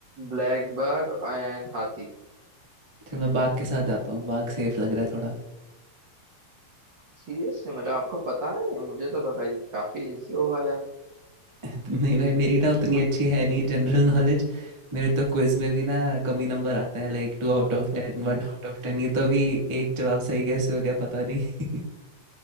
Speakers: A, on the right; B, on the right.
A: ब्लैक बक एंड हाथी
B: चलो मैं बाघ के साथ जाता हूँ बाघ सेफ लग रहा है थोड़ा
A: सीरियसली मतलब आपको पता नहीं है मुझे तो लगा ये काफी इजी होगा यार
B: <laughs> नहीं भाई मेरी ना
A: <laughs>
B: उतनी अच्छी है नहीं जनरल नॉलेज मेरे तो क्विज में भी ना कमी नंबर आते हैं like
A: <laughs>
B: टू out of टेन वन out of टेन ये तो भी एक जवाब सही कैसे हो गया पता नहीं